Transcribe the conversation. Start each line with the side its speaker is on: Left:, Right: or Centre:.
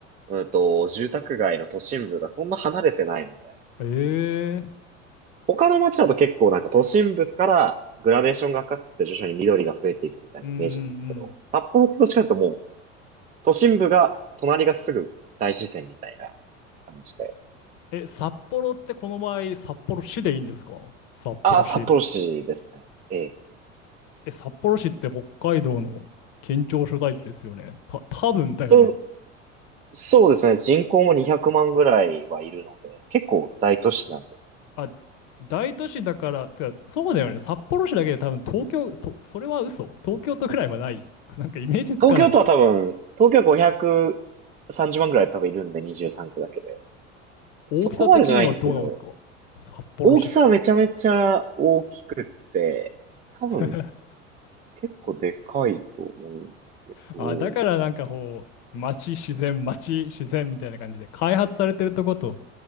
Right: うんと、住宅街の都心部がそんな離れてないので、
Left: ええ
Right: 他の街だと結構なんか都心部からグラデーションがかかって徐々に緑が増えていくみたいなイメージなんですけど、
Left: うんうんうん。
Right: 札幌ってどっちかというともう都心部が隣がすぐ大自然みたいな感じで。
Left: え、札幌ってこの場合、札幌市でいいんですか札幌市。
Right: ああ、札幌市ですね。ええ。
Left: え、札幌市って北海道の県庁所在地ですよね。た、多分だよね。
Right: そう、そうですね。人口も200万ぐらいはいるので、結構大都市なんで。
Left: あ、大都市だから、てか、そうだよね。札幌市だけで多分東京、そ、それは嘘。東京都くらいはない。<laughs> なんかイメージつかない。
Right: 東京都は多分、東京は530万ぐらい多分いるんで、23区だけで。
Left: 大きさ的にはどうなんですか札幌市って。
Right: そこまでじゃないんですけど、大きさはめちゃめちゃ大きくって、多分
Left: <laughs>
Right: 結構でかいと思うんですけど、
Left: あ、だからなんかこう、街、自然、街、自然みたいな感じで、開発されてるとこと、